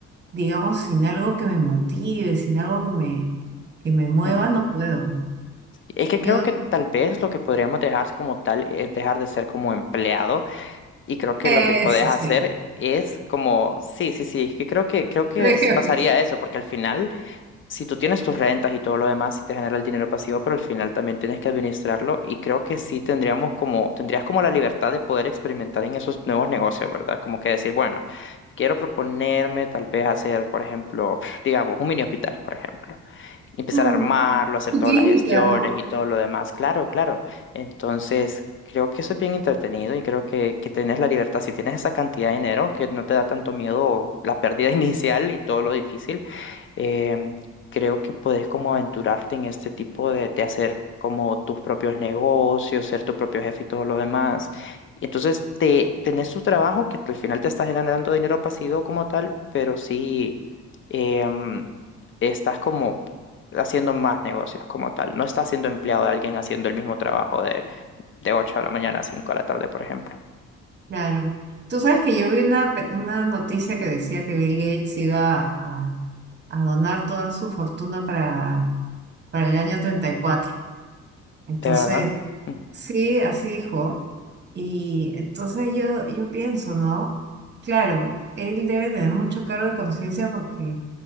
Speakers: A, on the right (about 35°); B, on the left (about 40°).
A: digamos, sin algo que me motive, sin algo que me, que me mueva,
B: sí.
A: no puedo.
B: Es que creo
A: Yo,
B: que tal vez lo que podríamos dejar como tal es dejar de ser como empleado y creo que
A: Eso
B: lo que podés
A: sí,
B: hacer es como, sí, sí, sí, es que creo que creo que
A: <laughs> tres
B: es-
A: jefes.
B: pasaría eso porque al final si tú tienes tus rentas y todo lo demás, sí te genera el dinero pasivo, pero al final también tienes que administrarlo y creo que sí tendríamos como, tendrías como la libertad de poder experimentar en esos nuevos negocios, ¿verdad? Como que decir, bueno, quiero proponerme tal vez hacer, por ejemplo, <sniffs> digamos, un mini hospital, por ejemplo. Y Empezar
A: Mm,
B: a armarlo, hacer
A: Y
B: todas
A: clínica,
B: las gestiones
A: ¿no?
B: y todo lo demás. Claro, claro. Entonces, creo que eso es bien entretenido y creo que, que tienes la libertad. Si tienes esa cantidad de dinero, que no te da tanto miedo la pérdida <laughs> inicial y todo lo difícil, em, creo que puedes como aventurarte en este tipo de, de hacer como tus propios negocios, ser tu propio jefe y todo lo demás. Y entonces te, tenés tu trabajo que al final te está generando dinero pasivo como tal, pero sí em, estás como haciendo más negocios como tal. No estás siendo empleado de alguien haciendo el mismo trabajo de, de 8 de la mañana a 5 de la tarde, por ejemplo.
A: claro. Tú sabes que yo vi una, pe- una noticia que decía que Bill Gates iba a, a donar toda su fortuna para, para el año treinta y cuatro Entonces,
B: ¿De verdad? Mm,
A: Sí, así dijo. Y entonces yo, yo pienso, ¿no? Claro, él debe tener mucho cargo de conciencia porque